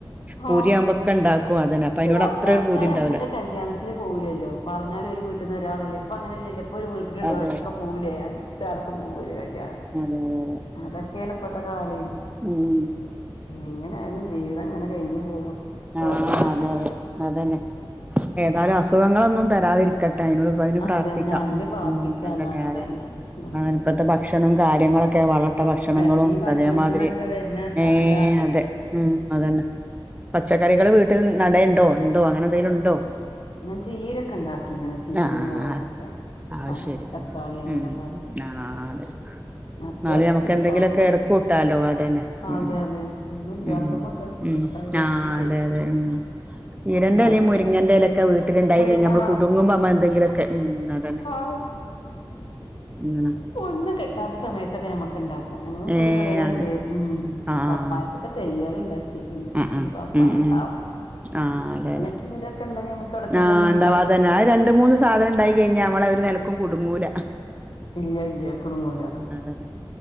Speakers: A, on the right; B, on the left.
A: പൂതിയാവുമ്പൊക്കെ
B: ആഹ്
A: ഇണ്ടാക്കും അതന്നെ അപ്പൊ
B: പിന്നെ
A: അതിനോട്
B: അന്ന്
A: അത്രൊ
B: ആൾക്കാര്
A: ഒരു പൂതി ഉണ്ടാവലോ
B: അങ്ങനെ കല്യാണത്തിന് പോവൂലല്ലോ പറഞ്ഞാലും ഒരു വീട്ടിൽ നിന്ന് ഒരാളല്ലേ ഇപ്പം അങ്ങനെയല്ലല്ല ഇപ്പൊ ഒരു വീട്ടിലുള്ളള്ളവരൊക്കെ
A: അതെ അതെ
B: പോവുലേ അടുത്ത അടുത്ത് പോകൂലേ കല്യാണം
A: അതെയതെ
B: അതൊക്കെയാണ് ഇപ്പത്തെ കാലേയ്
A: ഉം
B: എങ്ങനെയാലും ജീവിതംങ്ങനെ കഴിഞ്ഞു പോണു
A: ആഹ്
B: കൊല
A: അതെ അതെ അതന്നെ ഏതായാലും അസുഖങ്ങളൊന്നും തരാതിരിക്കട്ടെ അതിനോ പ്പ അതിന്
B: അതന്നെ
A: പ്രാർത്ഥിക്കാം
B: അയിന് പ്രാർത്ഥിക്ക
A: ഉമ് അതനെ
B: അള്ളാനോട്
A: അതന്നെ
B: അല്ലാതെ അതെതെ
A: അന്നെ ഇപ്പത്തെ ഭക്ഷണം കാര്യങ്ങളൊക്കെ വളട്ട ഭക്ഷണം ഭക്ഷണങ്ങളും
B: ഒക്കെ ഈ ഭക്ഷണത്തിന്നൊക്കെ
A: അതേമാതിരി
B: വരുന്ന
A: ഏഹ്
B: ഇതാണേ
A: അതെ ഉം അതന്നെ പച്ചക്കറികൾ വീട്ടിൽ നടയേണ്ടോ ഉണ്ടോ അങ്ങനെ എന്തെങ്കിലും ഉണ്ടോ
B: ൻ ചീരൊക്കെ ണ്ടാക്കിക്കണ് ചീരയും
A: ആഹ്
B: മുളകുക്കെ
A: അത്
B: അത
A: ശരി
B: തക്കാളി
A: ആഹ്
B: അങ്ങനെയള്ള
A: ഉം ആഹ് അതെ
B: അത്യാവശ്യത്തിനുള്ള
A: നാള ഞമക്ക് എന്തെങ്കിലോക്കെ
B: സാധന
A: എടക്കൂട്ടാലോ അതന്നെ
B: അതെ
A: ഉമ്
B: അതെ ഒന്നും ഇല്ലാത്തുമ്മൊക്കെ
A: ഉം
B: എടുക്കാ
A: ഉം
B: വിചാരിച്ചിട്ടേ
A: ആഹ് അതെ അതെ ഉമ് ചീരന്റെലിം
B: ഉണ്ടാക്കിയതാ
A: മുരിങ്ങന്റെലൊക്കെ വീട്ടിലുണ്ടായി
B: മുരി
A: കഴിഞ്ഞ നമ്മള്
B: ആ
A: കുടുങ്ങുമ്പോനമ്മ എന്തെങ്കിലൊക്കെ ഉം അതന്നെ
B: ആഹ്
A: ഉം
B: ഒന്നും കെട്ടാത്ത സമയത്തൊക്കെ ഞമ്മക്ക് ഇണ്ടാക്കാം ഞങ്ങള്ൾ
A: ഏഹ്
B: മുരിങ്ങടല
A: അതെ
B: ണ്ട് ഉമ്
A: ആഹ്
B: കപ്പായിട്ടട്ട് തെയ്യല് ണ്ടാക്കിട്ട്ണ്ട്
A: ഉം
B: പിന്നെ
A: ഉം
B: പപ്പായ
A: ഉം
B: ണ്ടാവണം
A: ഉം ആഹ് അതെ
B: അങ്ങനെയൊക്കെ
A: അതെ
B: എന്തെങ്കിലുക്കെ ഉണ്ടെങ്കിൽ നമുക്ക് എടക്കൊക്കെ
A: ആഹ്
B: ഒന്നും
A: ണ്ടാവാതന്നെ
B: ഇല്ലാത്തപ്പോ അങ്ങട്
A: അത്
B: വെക്കും
A: രണ്ട മൂന്ന് സാധനം ഇണ്ടായി കഴിഞ്ഞ നമ്മള ഒര് നെലക്കും കുടുങ്ങൂല
B: ഇല്ല ഇല്ല കുടുങ്ങൂല
A: അതങ്ങ്